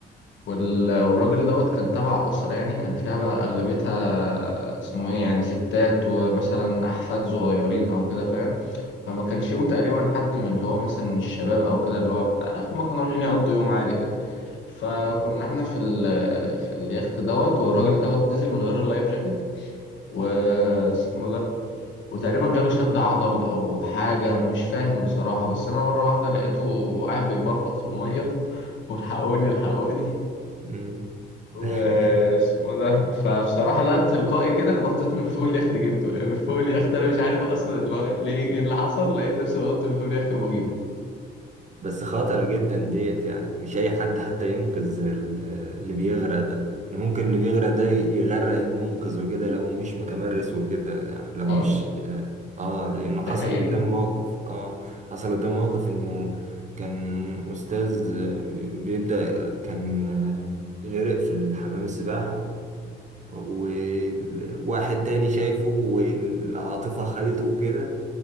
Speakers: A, on the left; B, on the right.
A: وال- والراجل دوت كان تبع اسره يعني كان فيها بقى اغلبيتها اسمه ايه يعني ستات ومثلا احفاد صغيرين او كده فاهم فما كانش يوم تقريبا حد من اللي هو مثلا الشباب او كده اللي هو بتاع لا هما كانوا رايحين يقضوا يوم عادي كده فكنا
B: مم.
A: احنا في ال في اليخت دوت والراجل دوت نزل من غير اللايف جاكيت واسمه ده وتقريبا جاله شد عضل او حاجه مش فاهم بصراحه بس انا مره واحده لقيته قاعد بيبلبط في الميه <laughs> والحقوني الحقوني
B: مم.
A: واسمه
B: <laughs>
A: ده فبصراحه لا تلقائي كده نطيت من فوق اليخت جبته يعني من فوق اليخت انا مش عارف اصلا اللي هو ليه ايه اللي حصل لقيت نفسي بنط من فوق اليخت وبجيبه
B: بس خطر جدا ديت يعني مش اي حد حتى ينقذ ال- اللي بيغرق ده إن ممكن اللي بيغرق ده يغرق المنقذ وكده لو مش متمرس وكده يعني لو
A: اه
B: مش اه لانه
A: ده
B: حصل
A: حقيقة
B: قدام موقف اه حصل قدام موقف انه كان استاذ بيبدأ كان غرق في الحمام السباحة وواحد تاني شايفه والعاطفة خدته وكده